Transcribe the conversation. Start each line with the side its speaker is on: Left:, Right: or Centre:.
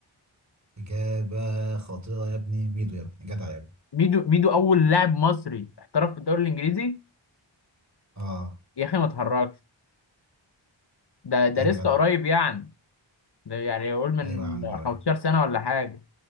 Right: اجابه خاطئه يا ابني ميدو يا ابني جدع يا ابني
Left: ميدو ميدو اول لاعب مصري احترف في الدوري الانجليزي
Right: اه
Left: يا اخي ما تهرجش ده ده
Right: عيب
Left: لسه
Right: يا جدع
Left: قريب يعني ده يعني يقول من
Right: ايوه يا عم ورايا
Left: 15 سنه ولا حاجه